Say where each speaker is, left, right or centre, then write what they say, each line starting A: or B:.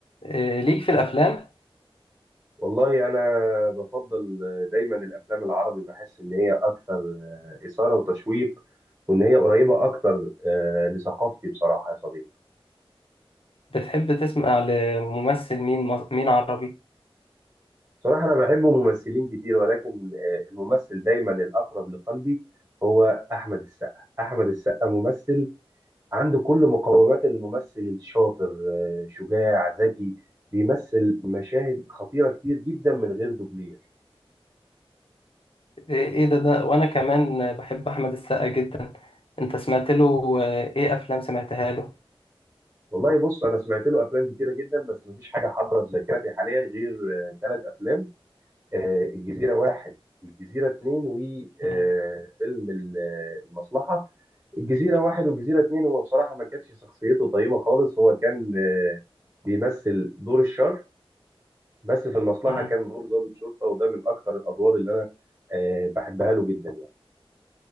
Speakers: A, on the left; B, on the right.
A: إيه، ليك في الافلام
B: والله انا بفضل دايما الافلام العربي بحس ان هي اكثر آه، اثاره وتشويق وان هي قريبه اكتر آه، لثقافتي بصراحه يا صديقي
A: بتحب تسمع لممثل مين مص- مين عربي
B: بصراحه انا بحب ممثلين كتير ولكن آه، الممثل دايما الاقرب لقلبي هو احمد السقا احمد السقا ممثل عنده كل مقومات الممثل الشاطر آه، شجاع ذكي بيمثل مشاهد خطيره كتير جدا من غير دوبلير
A: ايه إيه ده ده وانا كمان بحب احمد السقا جدا انت سمعت له آه، ايه افلام سمعتها له
B: والله بص انا سمعت له افلام كتيره جدا بس مفيش حاجه حاضره في ذاكرتي حاليا غير ثلاث افلام آه، الجزيره واحد الجزيره اتنين وفيلم
A: مم.
B: المصلحه الجزيره واحد والجزيره اتنين هو بصراحه ما كانتش شخصيته طيبه خالص هو كان آه، بيمثل دور الشر بس في المصلحه
A: مم.
B: كان دور ضابط شرطه وده من اكتر الادوار اللي انا آه، بحبها له جدا يعني